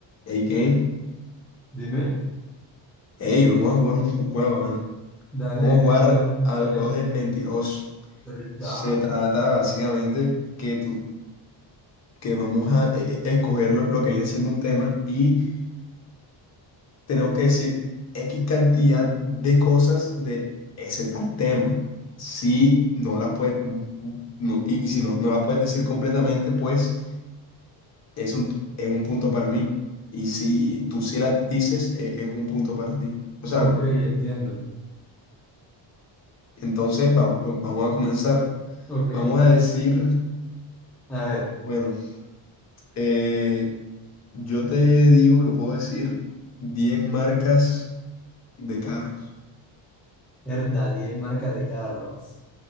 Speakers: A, on the left; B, in the centre.
A: Ey, ¿qué?
B: Dime,
A: Ey, vamos a jugar un ju- juego, man.
B: dale,
A: Vamos
B: dime
A: a jugar
B: cuál,
A: al
B: cuál
A: juego
B: es.
A: del mentiroso.
B: Herda.
A: Se trata básicamente que tú, que vamos a eh, eh, escoger lo, lo que viene siendo un tema y tenemos que decir X cantidad de cosas de ese tal tema. Si no las puedes, no- y, y si no, no las puedes decir completamente, pues es un, tu- es un punto para mí. Y si tú sí las dices, eh, es un punto para ti. O sea,
B: Ok, entiendo.
A: entonces vamos, vamos a comenzar.
B: Ok.
A: Vamos a decir,
B: A ver,
A: bueno, eh, yo te digo que puedo decir 10 marcas de carros.
B: herda, 10 marcas de carros.